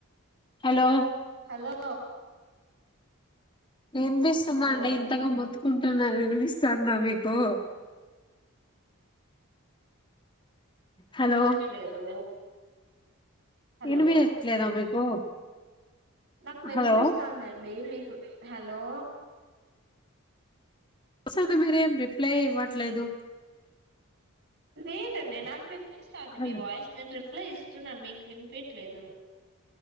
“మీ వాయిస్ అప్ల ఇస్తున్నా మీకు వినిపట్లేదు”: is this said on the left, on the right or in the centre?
Right